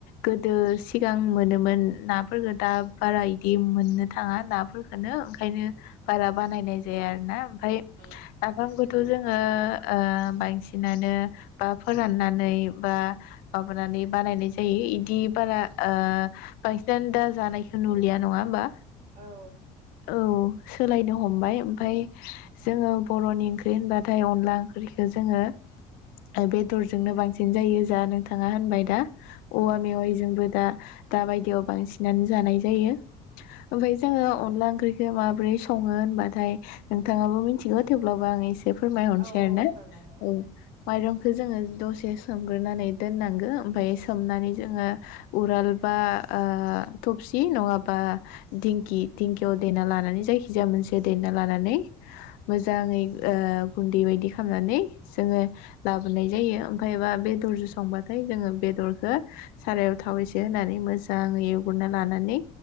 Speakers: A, on the left; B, on the right.
A: गोदो सिगां मोनोमोन नाफोरफोरखौ दा बारा इदि मोननो थाङा नाफोरफोरखौनो ओंखायनो बारा बानायनाय दे आरो ना ओमफाय आखाम
B: औ
A: गुद थ' जोङो ओ बांसिनानो बा फोराननानै बा माबानानै बानायनाय जायो। इदि बारा ओ बांसिनानो दा जानायखौ नुलिया नङा होमबा?
B: औ।
A: औ सोलायनो हमबाय ओमफाय जोङो बर'नि ओंख्रि होनबाथाय अनला ओंख्रिखो जोङो ओ बेदरजोंनो
B: औ
A: बांसिन जायो। जा नोंथाङा होनबाय दा औवा
B: औ
A: मेवाइजोंबो दा दा बायदियाव बांसिनानो जानाय जायो। ओमफाय जोङो अनला ओंख्रिखो माब्रै सङो होनबाथाय नोंथाङा बो मिन्थिगौ थेवब्लाबो आं एस दे फोरमायहरसै
B: औ
A: आरोना
B: औ फोरमाय ओं
A: औ माइरं खो जोङो दसे सोमग्रोनानै दोननांगो ओमफाय सोमनानै जोङो उराल बा ओ थबसि नङाबा दिंखि दिंखियाव देना लानानै जायखिजाया मोनसे देना लानानै मोजाङै ओ गुन्दै बायदि खालामनानै जोङो लाबोनाय जायो। ओमफ्रायबा बेदरजों संबाथाय जोङो बेदरखौ सारायाव थाव एसे होनानै मोजाङै एवग्रोना लानानै